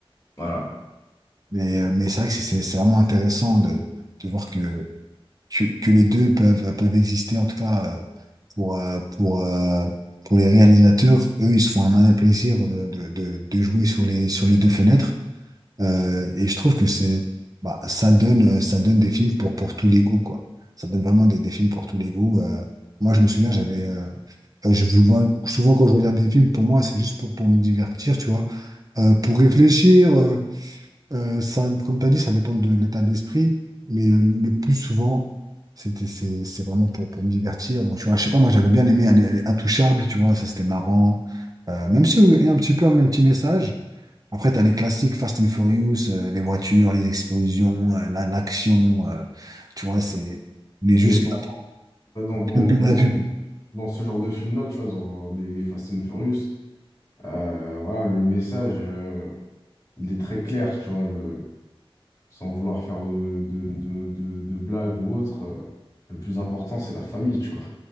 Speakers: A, on the left; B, on the right.
A: Voilà.
B: Mais, euh, mais c'est vrai que c'est c'est- c'est vraiment intéressant de, de voir que, que, que les deux peuvent, peuvent exister, en tout cas euh, pour, euh, pour, euh, pour les réalisateurs. Eux, ils se font un malin plaisir euh, de, de, de jouer sur les, sur les deux fenêtres. Euh, et je trouve que c'est, bah, ça donne, euh, ça donne des films pour, pour tous les goûts, quoi. Ça donne vraiment des, des films pour tous les goûts. Euh, moi, je me souviens, j'avais, euh, euh, je, vous- moi, souvent quand je regarde des films, pour moi, c'est juste pour, pour me divertir, tu vois. Euh, pour réfléchir. euh, euh, ça, comme tu as dit, ça dépend de l'état d'esprit, mais le le plus souvent, c'était, c'est, c'est vraiment pour, pour me divertir. Bon, tu vois, je sais pas, moi j'avais bien aimé aller, aller Intouchable, tu vois, ça c'était marrant. Euh, même si euh, il y a un petit peu un même petit message. Après, tu as les classiques Fast and Furious, euh, les voitures, les explosions, euh, la- l'action, euh, tu vois, c'est, on est juste
A: Et dans,
B: là,
A: dans, dans,
B: un peu
A: dans,
B: la vue.
A: dans ce genre de film-là, tu vois, dans les, les Fast and Furious, Euh, voilà, le message, euh, il est très clair, tu vois, le, sans vouloir faire de, de, de, de, de blagues ou autre. euh, le plus important, c'est la famille, tu vois.